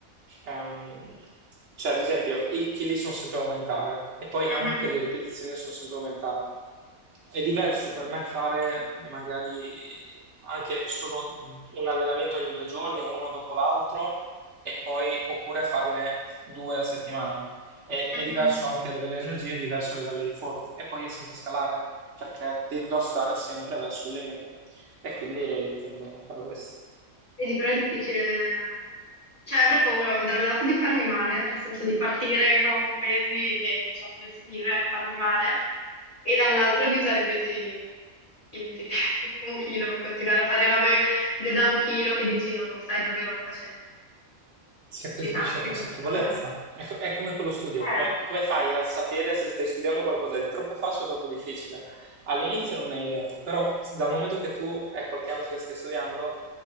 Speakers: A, on the right; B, on the left.
A: ehm, cioè ad esempio i chili sono sempre a aumentare e poi
B: Mhm,
A: anche le ripetizioni sono sempre a aumentare. È diverso per me fare magari anche solo un allenamento ogni due giorni, uno dopo l'altro, e poi oppure farne due a settimana. È,
B: mhm.
A: è diverso anche a livello di energia, è diverso a livello di forma, e poi è sempre scalare perché tendo a stare sempre verso il limite e quindi tendo a fare questo.
B: Vedi, però è difficile. Cioè, avrei paura da un lato di farmi male, nel senso di partire con pesi che non so gestire, e farmi male, e dall'altro di usare pesi inutili, <laughs> tipo un chilo, e continuare a fare robe di- da un chilo che dici no, non stai davvero facendo
A: Si acquisisce
B: ginnastica.
A: consapevolezza.
B: Cioè,
A: È, co- è come con lo studio,
B: eh,
A: come, come fai a sapere se stai studiando qualcosa di troppo facile o troppo difficile? All'inizio non hai idea, però dal momento che tu è qualche anno che stai studiando,